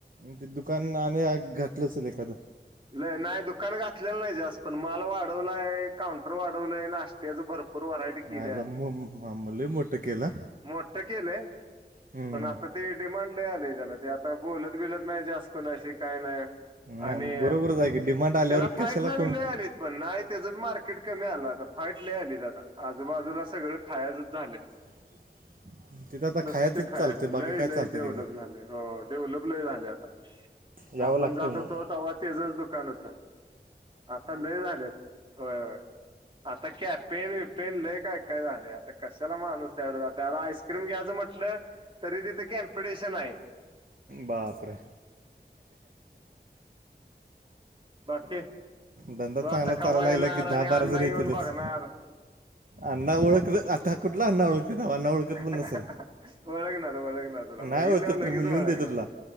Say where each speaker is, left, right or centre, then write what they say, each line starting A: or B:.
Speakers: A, on the right (about 50°); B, on the right (about 30°).
A: ते दुकान आणि घातलं असेल एखादं?
B: लय नाय दुकान घात ल्याला नाही जास्त. पण माल वाढवलाय, काउंटर वाढवलंय, नाश्त्याचं भर पूर व्हरायटी किल्या,
A: मायाला म- म- लय मोठं केलं
B: मोठ केलंय.
A: हम्म.
B: पण आता ते डिमांड लय आलय त्याला, ते आता बोलत बिलत नाय जास्त. कुणाशी काय नाय
A: नाही,
B: आणि
A: बरोबरच आहे की डिमांड आल्यावर
B: त्याला फाईटलाबी
A: कशाला कोण
B: लय तेच पण नाही तेचबी मार्केट कमी आलं आता, फाईट लय आलीत आता, आजूबाजूला सगळं खायाचंच झालंय.
A: <inaudible> आता
B: नुसती
A: खायचंच
B: खायाय,
A: चालते बाकी
B: लय
A: काय
B: लय
A: चालते
B: डेव्हलप
A: तिकडं
B: झालंय, हो डेव्हलप लय झालंय आता.
A: यावं
B: मग आपण
A: लागते
B: जात हुतो,
A: मग
B: तवा तेचच दुकान होतं. आता लय झाल्यात. होय होय. आता कॅफे बीपे लय काय काय झालंय, आता कशाला माणूस <unintelligible> आईस्क्रीम घ्यायचं म्हटलं, तरी तिथं कॅम्पिटेशन हाय.
A: बापरे.
B: बाकी
A: धंदा
B: तो
A: चांगलाच
B: आता कवा
A: चालायला
B: येणार
A: लागला की, दहा
B: आणि अण्णा
A: बारा जणी
B: येऊन
A: येतातच.
B: बघणार
A: अण्णा ओळखलं, आता कुठला अण्णा ओळख तिथं अण्णा ओळखत
B: ओळखणार
A: पण नसल.
B: ओळखणार तुला
A: नाही
B: बघितल्यावर
A: ओळखत
B: लगेच
A: तर मी
B: ओळखणार
A: लिहून देतो तुला.